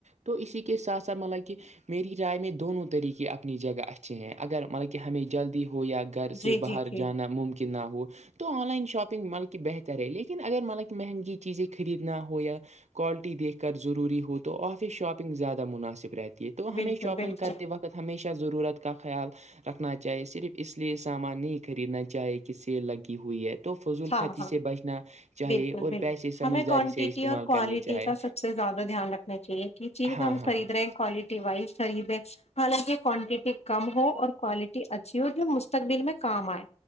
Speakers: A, on the right; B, on the left.
A: تو اسی کے ساتھ ساتھ مطلب کہ میری رائے میں دونوں طریقے اپنی جگہ اچھے ہیں اگر مطلب کہ ہمیں جلدی ہو یا گھر سے
B: جی
A: باہر
B: جی جی
A: جانا ممکن نہ ہو تو آن لائن شاپنگ مال کے کہ بہتر ہے لیکن اگر مطب مہنگی چییں خرید ہے نہ ہو یا کوالٹی دیکھ کر ضروری ہو تو آف شاپنگ زیادہ مناسب رہتی تو
B: بالکل
A: ہمیں شاپنگ
B: بالکل
A: کرتے وقت ہمیشہ ضرورت کا خیال رکھنا چاہیے صرف اس لیے سامان نہیں خریدنا چاہے کہ سیل لگی ہوئی ہے تو فضول
B: ہاں
A: کتی
B: ہاں
A: سے بچنا چاہیے
B: بالکل
A: اور
B: بالکل
A: پیسے سمجھداری
B: ہمیں کوانٹٹی
A: سے استعمال
B: اور کوالٹی
A: کرنے چاہے
B: کا سب سے زیادہ دھیان رکھنا چاہیے کہ چیز
A: ہاں
B: ہم
A: ہاں
B: خرید
A: ہاں
B: رہے کوالٹی وائز س ہے حالانکہ کوانٹیٹی کم ہو اور کوالٹی اچھی ہو جو مستقبل میں کام آئے